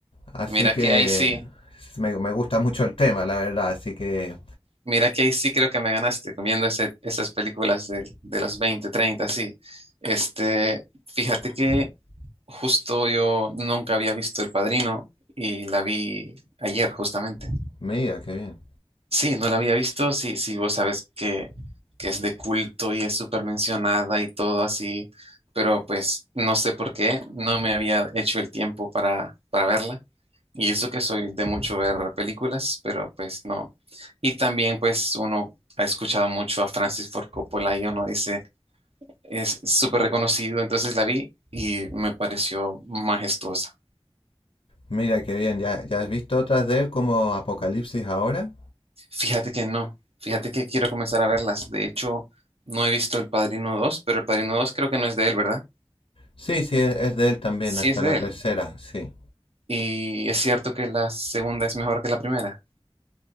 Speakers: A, on the left; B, on the right.
A: Así
B: mira
A: que
B: que ahí sí,
A: me, me gusta mucho el tema, la verdad. Así que,
B: mira que ahí sí creo que me ganaste viendo ese- esas películas de, de los 20, 30, sí. Este, fíjate que Justo yo nunca había visto El Padrino y la vi ayer justamente.
A: mira, qué bien.
B: Sí, no la había visto, sí, sí, vos sabes que, que es de culto y es súper mencionada y todo así, pero pues no sé por qué, no me había hecho el tiempo para, para verla. Y eso que soy de mucho ver películas, pero pues no. Y también pues uno ha escuchado mucho a Francis Ford Coppola y uno dice, es súper reconocido, entonces la vi y me pareció majestuosa.
A: Mira, qué bien. ¿Ya, ya has visto otras de él como Apocalipsis ahora?
B: Fíjate que no, fíjate que quiero comenzar a verlas. De hecho, no he visto El Padrino dos, pero El Padrino dos creo que no es de él, ¿verdad?
A: Sí, sí, es, es de él también,
B: Sí
A: hasta
B: es de
A: la tercera,
B: él.
A: sí.
B: Y es cierto que la segunda es mejor que la primera.